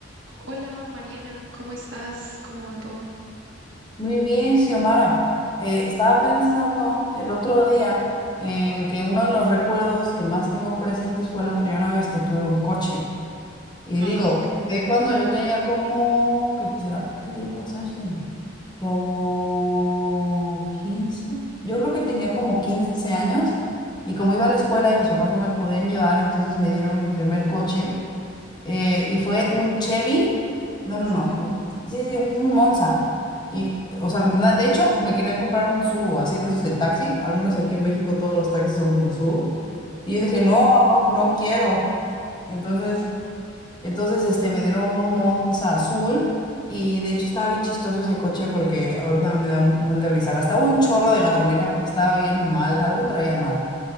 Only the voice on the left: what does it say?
Muy bien, Xiomara. Eh, estaba pensando el otro día en que uno de los recuerdos que más tengo presentes fue la primera vez que tuve un coche. Y
digo,
de cuando yo tenía como, ¿qué será? ¿Qué tenía? ¿Cuántos años tenía? Como quince Yo creo que tenía como 15 años y como iba a la escuela y mis papás no me podían llevar, entonces me dieron mi primer coche eh, y fue un Chevy, no, no,
no, no, sí, sí, un Monza. Y, o sea, na- de hecho, me querían comprar un Tsuru, así de esos de taxi, al menos aquí en México todos los taxis son como Tsuru. Y yo
dije, no, no, no quiero. Entonces,
entonces, este, me dieron un Monza azul y de hecho estaba bien chistoso ese coche porque ahorita me da un buen de risa. Gastaba un chorro de gasolina porque estaba bien mal, algo traía mal.